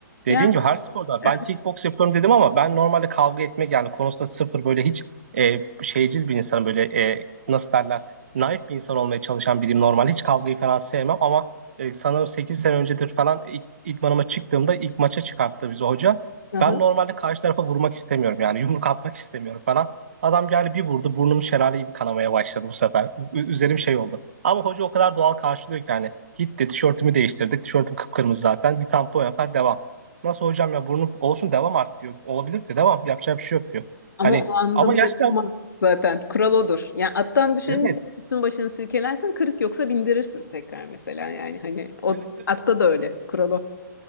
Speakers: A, on the right (about 40°); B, on the left (about 75°).
A: Dediğin
B: Ya,
A: gibi her sporda
B: evet.
A: ben kickbox yapıyorum dedim ama ben normalde kavga etmek yani konusunda sıfır böyle hiç e, şeycil bir insanım böyle e, nasıl derler naif bir insan olmaya çalışan biriyim normalde hiç kavgayı falan sevmem ama e, sanırım 8 sene öncedir falan ilk, idmanıma çıktığımda ilk maça çıkarttı bizi hoca.
B: hı hı.
A: Ben normalde karşı tarafa vurmak istemiyorum yani yumruk atmak istemiyorum falan. Adam geldi bir vurdu burnum şelale gibi kanamaya başladı bu sefer. Ü- üzerim şey oldu. Ama hoca o kadar doğal karşılıyor ki hani gitti tişörtümü değiştirdik. Tişörtüm kıpkırmızı zaten. Bir tampon yapar devam. Nasıl hocam ya burnu olsun devam artık diyor. Olabilir diyor. Devam yapacak bir şey yok diyor.
B: Ama
A: Hani
B: o anda
A: ama
B: bırakılmaz
A: gerçekten
B: zaten. Kural odur. Yani attan düşeni
A: evet.
B: de üstün başını silkelersin. Kırık yoksa bindirirsin tekrar mesela yani. Hani o
A: Evet evet
B: atta da öyle. Kural o.